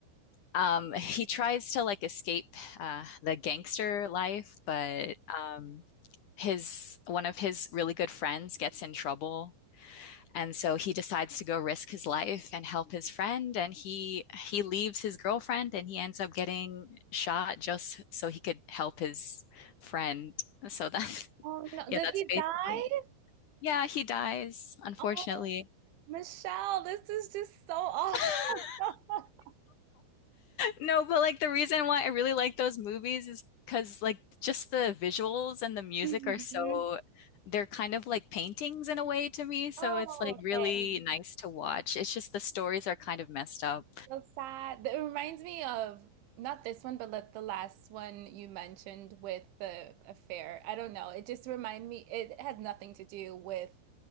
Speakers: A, on the left; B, on the right.
A: um he tries to like escape uh the gangster life, but um his one of his really good friends gets in trouble and so he decides to go risk his life and help his friend and he he leaves his girlfriend and he ends up getting shot just so he could help his friend so that's
B: Oh
A: <laughs>
B: no,
A: yeah
B: does
A: that's
B: he
A: basically
B: die?
A: yeah he dies unfortunately
B: Oh, Michelle, this is just so awful.
A: <laughs>
B: <laughs>
A: no but like the reason why I really like those movies is because like just the visuals and the music
B: Mhm.
A: are so they're kind of like paintings in a way to me so
B: Oh,
A: it's like really
B: okay.
A: nice to watch it's just the stories are kind of messed up
B: So sad. It reminds me of not this one, but like the last one you mentioned with the affair. I don't know. It just reminded me, it has nothing to do with